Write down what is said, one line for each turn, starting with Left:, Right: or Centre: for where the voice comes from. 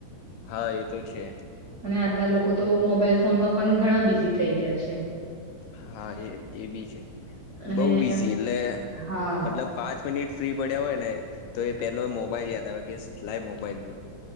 Left: હા એ તો છે
Right: અને આજના લોકો તો મોબાઈલ ફોનમાં પણ ઘણા બિઝી થઈ ગયા છે
Left: હા એ એ બી છે
Right: અને
Left: બહું બીઝી
Right: એમ
Left: એટલે
Right: હા
Left: મતલબ પાંચ મિનિટ ફ્રી પડ્યા હોય ને તો એ પેલો મોબાઈલ યાદ આવે કે લાઈ મોબાઈલ જોવું